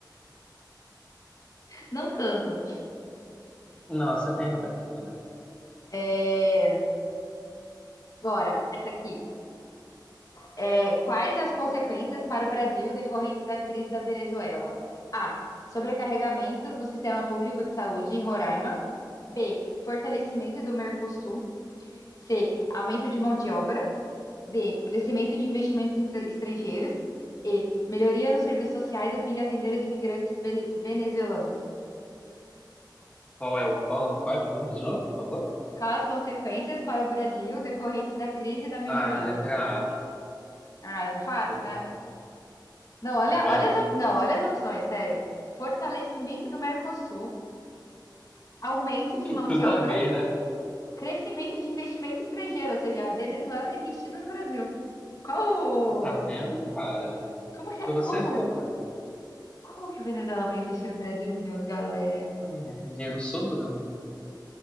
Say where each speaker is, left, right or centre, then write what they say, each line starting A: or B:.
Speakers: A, on the left; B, on the left.
A: Não tanto.
B: Não, você tá indo bem, tá indo bem.
A: É, bora, essa aqui. É, quais as consequências para o Brasil decorrentes da crise da Venezuela? A. Sobrecarregamento no sistema público de saúde em Roraima. B. Fortalecimento do Mercosul. C. Aumento de mão de obra. D. Crescimento de investimentos intra- estrangeiros. E. Melhoria nos serviços sociais a fim de atender os imigrantes ve- venezuelanos.
B: Qual é o qual, qual é a pergunta de novo, por favor?
A: Quais as consequências para o Brasil decorrentes da crise na Venezuela?
B: Ah, letra A,
A: Ah, essa é fácil,
B: letra
A: né?
B: A.
A: Não, olha,
B: Tá vendo?
A: olha as, op- não, olha as opções, sério. Fortalecimento do Mercosul, aumento de mão
B: Tudo
A: de obra,
B: a ver, né?
A: crescimento de investimento estrangeiro, ou seja, a Venezuela investindo no Brasil. Qual?
B: Tá vendo, cara?
A: Como que
B: Pra
A: é?
B: você
A: Como?
B: ver, ué.
A: Como que a Venezuela vai investir no Brasil, meu galera?
B: É, dinheiro sobrando.